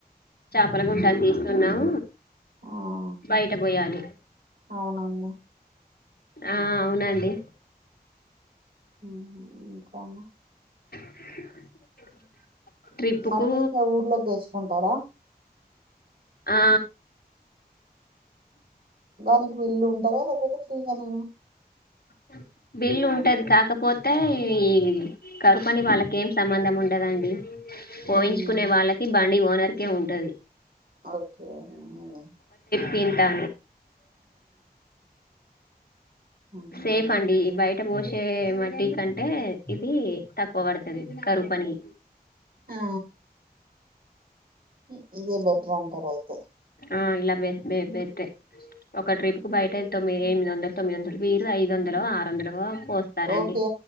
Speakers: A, on the left; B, on the right.
A: చాపల గుంట తీస్తున్నాం
B: ఆ
A: బయట పోయాలి
B: అవునండి
A: ఆ అవునండి
B: హ్మ ఇంకాను
A: <inaudible> ట్రిప్పు
B: మట్టి
A: కు
B: ఊర్లోకి తెచ్చుకుంటారా
A: ఆ
B: దానికి విల్లు ఉంటదా లేకపోతే ఫ్రీగా నేన
A: <inaudible> బిల్లు ఉంటాది కాకపోతే ఈ కరుపని వాళ్ళకి ఏం సంబంధం ఉండదండి పోయించుకునే
B: ఉమ్,
A: వాళ్ళకి బండి ఓనర్కే ఉంటాది
B: ఒకే <unintelligible>
A: వింటా
B: ఉమ్.
A: సేఫ్ అండి బయట పోష చే మట్టి కంటే ఇది తక్కువ పడుతాది కరువు పని <inaudible>
B: ఆ ఇ- ఇదే బెటర్ అంటారు అయితే
A: ఆ ఇలా బట్ట <unintelligible> ఒక ట్రిప్ కు బయటే తొమ్మిది ఎనిమిది వందలు తొమ్మిది వందలు బ ఐదు వందలో
B: ఉమ్,
A: ఆరు వందలో పోస్తారండి.
B: ఓకే